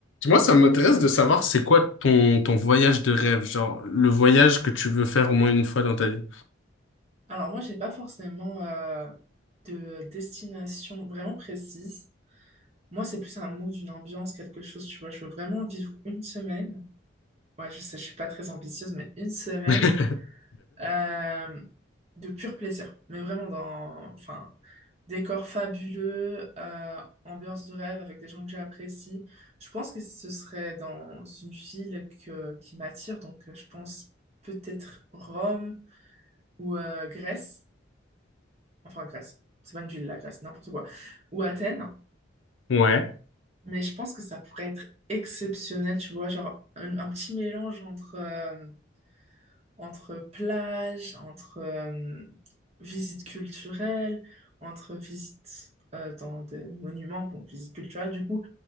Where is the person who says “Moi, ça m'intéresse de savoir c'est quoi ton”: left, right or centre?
Left